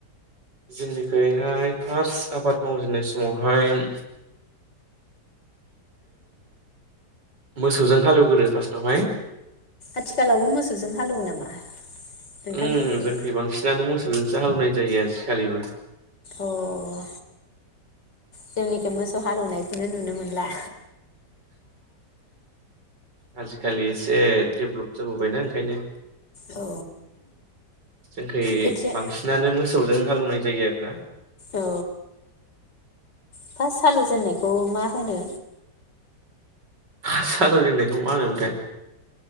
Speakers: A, on the right (about 80°); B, on the left (about 90°).
A: जोंनिखुइहाय फार्स्ट आबाद मावजेननाय समावहाय ओ मोसौजों हालेवग्रोयो फार्स्टआवहाय
B: आथिखालावबो मोसौजों हालेवो नामा नोंथांमोननिखै
A: अम जोंखै बांसिनानो मोसौजोंसो हालौनाय जायो आजिखालिबो
B: अ जोंनिखि मोसौ हालौवनायखौनो नुनो मोनला
A: आजिखालि ए डेभलप जाबोबायना ओंखायनो
B: औ
A: जोंखै
B: खोथिया
A: बांसिनानो मोसौजों हालौनाय जायो आरो ना
B: औ फार्स्ट हालौ जेननायखौ मा होनो
A: फार्स्ट हालौ जेननायखौ मा होनोमोनथाय